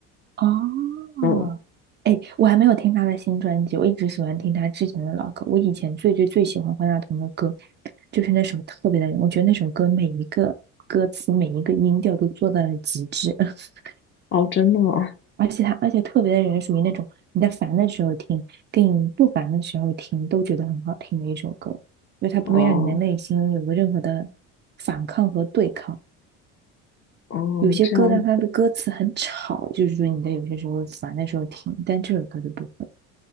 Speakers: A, on the right (about 35°); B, on the left (about 35°).
A: 哦，
B: 嗯，
A: 哎，我还没有听他的新专辑，我一直喜欢听他之前的老歌。我以前最最最喜欢方大同的歌，就是那首《特别的人》，我觉得那首歌每一个歌词、每一个音调都做到了极致，<laughs>
B: 哦，真的啊，
A: 而且他而且《特别的人》属于那种你在烦的时候听，跟你不烦的时候听都觉得很好听的一首歌，因为它不会让你的内心有任何的反抗和对抗。
B: 哦，哦，
A: 有些歌，
B: 这样，
A: 但它的歌词很吵，就是说你在有些时候烦的时候听，但这首歌就不会。